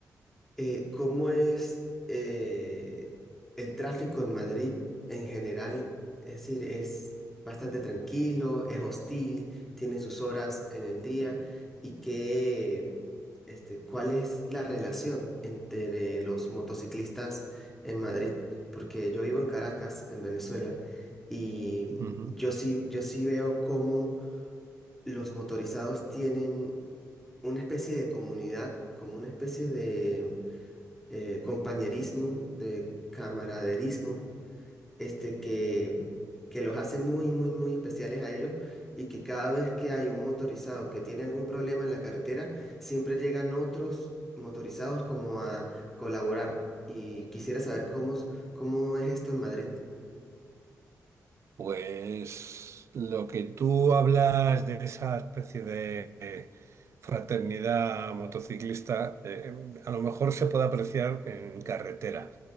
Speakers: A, in the centre; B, on the right (about 50°).
A: Eh, ¿cómo es eh, el tráfico en Madrid en general? Es decir, es bastante tranquilo, es hostil, tiene sus horas en el día y qué, este, ¿cuál es la relación entre los motociclistas en Madrid? Porque yo vivo en Caracas, en Venezuela, y
B: Ujú.
A: yo sí, yo sí veo cómo los motorizados tienen una especie de comunidad, como una especie de eh, compañerismo, de camaraderismo, este que, que los hace muy, muy, muy especiales a ellos y que cada vez que hay un motorizado que tiene algún problema en la carretera, siempre llegan otros motorizados como a colaborar. Y quisiera saber cómo, es- cómo es esto en Madrid.
B: Pues lo que tú hablas de esa especie de eh, fraternidad motociclista, eh, a lo mejor se puede apreciar en carretera.